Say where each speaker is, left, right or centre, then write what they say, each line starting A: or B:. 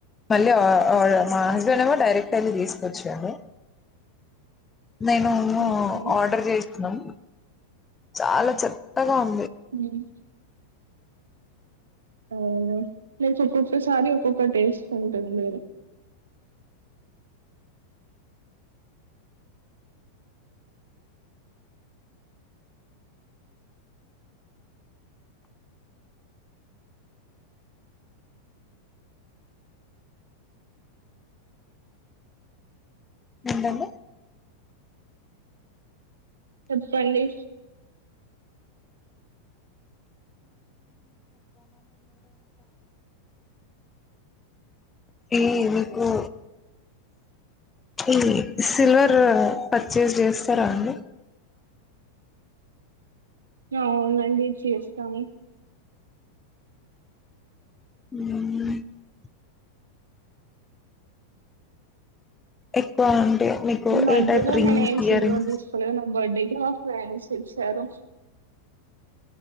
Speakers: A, on the left (about 15°); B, on the right (about 70°).
A: మళ్లీ <unintelligible> మా హజ్బెండ్ ఏమో డైరెక్ట్ వెళ్ళి తీసుకొచ్చిండు నేను, నో
B: ఓకే
A: ఆర్డర్ చేయిస్తున్నాం చాలా చెత్తగా ఉం
B: హ్మ్ అవునా లేక ఒకొక్కసారి ఒక్క టేస్ట్ ఉంటది లే
A: ఏంటండి
B: చెప్పండి
A: ఈ మీకు ఈ సిల్వర్ పర్చేస్ చేస్తారా అండి.
B: ఆవును అండి చేస్తాము
A: <unintelligible> ఎక్కువ మీకు
B: ఈ మధ్యలో
A: ఏ టైప్ రింగ్స్
B: నేను ఏం సిల్వర్
A: ఇయర్ రింగ్స్
B: తీసుకోలేదు నా బర్డేకి మా ఫ్రెండ్స్ ఇచ్చారు